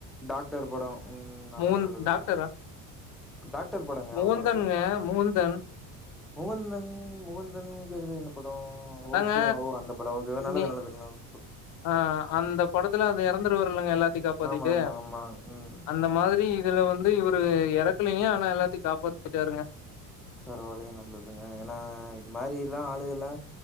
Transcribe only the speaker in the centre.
டாக்டர் படொ ம் நல்லது
நல்லதுங்க
டாக்டர் படங்க
அவரோடது
முகந்தன் முகந்தன்ங்குறது என்ன படொ ஓ
ஓகே ஓ அந்த படொ <unintelligible> நல்லது
நல்லது நல்
ஆமா ஆமா ஆமா ம்
பரவால்லங்க நல்லதுங்க எனா இது மாரிலா ஆளுகள்ளா